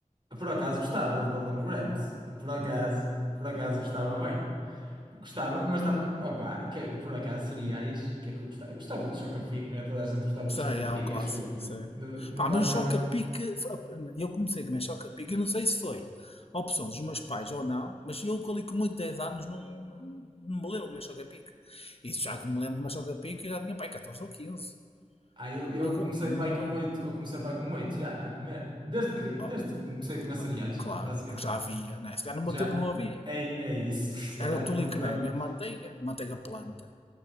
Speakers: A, on the right (about 35°); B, on the left (about 50°).
A: Por acaso gostava de Golden Grams. Por acaso, por acaso gostava bem. Gostava, mas tam... opá, o que é- por acaso, cereais, o que é que eu gostava? Eu gostava de Chocapic, não é? Toda a gente gostava
B: Sei,
A: de Chocapic,
B: há o clássico,
A: acho eu. Tipo,
B: sei.
A: de- Não
B: Pá,
A: dá
B: mas
A: para
B: o choca-pique,
A: não.
B: eu comecei a comer choca-pique, eu não sei se foi a opção dos meus pais ou não, mas eu ali com 8, 10 anos não, não me lembro de comer choca-pique. Isso já que me lembro de comer choca-pique, eu já tinha pai 14 ou quinze
A: Ah, eu, eu
B: Agora,
A: comecei
B: não
A: pai
B: me
A: com
B: lembro.
A: oito, eu comecei pai com oito já, a comer. Desde que, desde
B: Oh,
A: que comecei a comer cereais,
B: oh, claro,
A: basicamente.
B: porque já havia, né? Se calhar no
A: Já
B: meu tempo não havia.
A: é, é isso, <laughs> se calhar
B: Era o
A: o
B: tule
A: problema.
B: e creme, e a manteiga, manteiga planta.